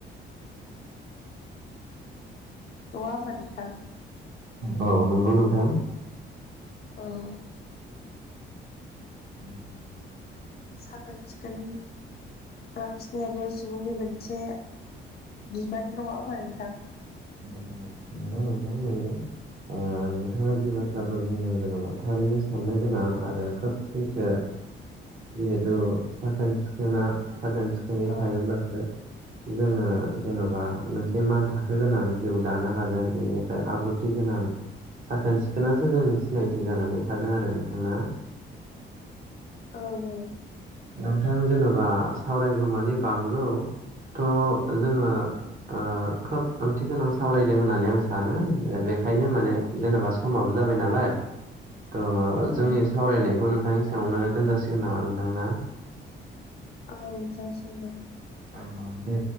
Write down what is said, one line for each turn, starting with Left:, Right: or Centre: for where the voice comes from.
Left: होमबा नोंथां
Right: औ औ नंगौ नोंथां
Left: औ
Right: <unintelligible>
Left: साखोन सिखोन लाखिनायाबो सुबुंनि मोन से बिबान नङा होनबा नोंथां
Right: औ औ नोंगौ नोंथां नोंगौ नोंथाङा जि बाथ्राफोर बुङो जेनेबा थारैनो साननो गोनां आरो
Left: औ
Right: खोब सैथो जिहेथु साखोन सिखोना साखोन सिखोनै
Left: औ
Right: थायोब्लासो जोङो जेन'बा मोनसे मान थाखो गोनां जिउ दानो हागोन बेनिफ्राय आब्रुथि गोनां साखोन सिखोनासो जोंनि सिनायथि जानानै थागोन आरो नोंथां ना
Left: औ औ
Right: नोंथां जेनेबा सावरायगौमानि बांगौ थ' जोङो ओ खोब ओंथि गोनां सावरायदों होननानै आं सानो बेखायनो माने जेनेबा समाबो जाबाय नालाय थह
Left: औ
Right: जोंनि सावरायनायखौ नोंथां बेवनो दोनजासिगोन नामा नोंथां ना?
Left: औ जसिगोन।
Right: अ दे।